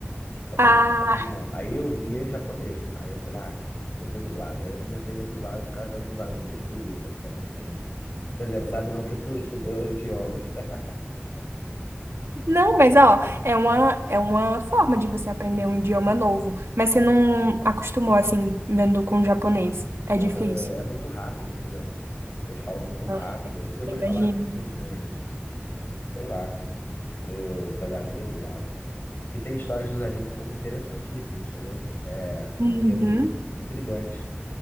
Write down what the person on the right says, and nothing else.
Ah,
não, mas ó, é uma, é uma forma de você aprender um idioma novo. Mas você não acostumou assim, vendo com japonês. É
difícil.
Ah,
eu Imagino.
Uhum.